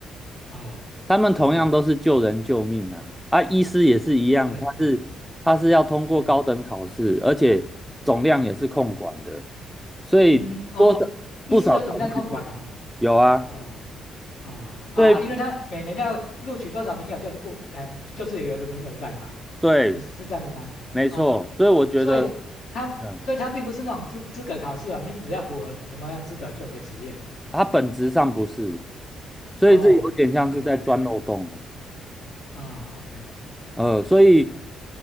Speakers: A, on the left; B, in the centre.
A: 哦，
B: 他们同样都是救人救命啊！
A: 对
B: 啊，医师也是一样，
A: 对，
B: 他是他是要通过高等考试，
A: 哎哎
B: 而且总量也是控管的，
A: 嗯
B: 所以多少不少层面
A: 嗯，哦，意思有总量控管啊，
B: 有啊。
A: 哦。啊啊，
B: 所以
A: 因为他每年要录取多少名额，就是固，哎、就是有一个名额在嘛，
B: 对，
A: 是是这样子吗？
B: 没错，
A: 啊，
B: 所以我觉得。
A: 所以他所以他并不是那种资资格考试哦，
B: 嗯
A: 你只要符合什么样资格就可以执业。
B: 它本质上不是，所以这有点像是在钻漏洞了。
A: 哦，明白，哎，啊，OK，
B: 呃，所以